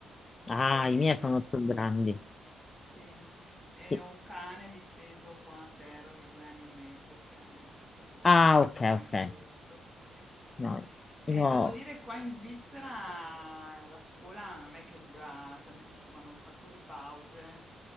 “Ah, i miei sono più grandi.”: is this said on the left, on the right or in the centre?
Left